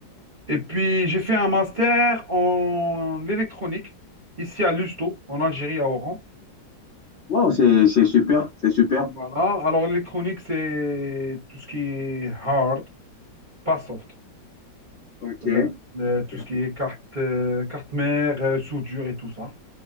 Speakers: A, on the right; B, on the left.
A: Et puis, j'ai fait un master en électronique, ici à Lusto, en Algérie, à Oran.
B: Wow, c'est, c'est super, c'est super.
A: Voilà. Alors, l'électronique, c'est tout ce qui est hard, pas soft.
B: OK.
A: C'est-à-dire euh,
B: OK.
A: tout ce qui est carte, euh, carte mère, euh, soudure et tout ça.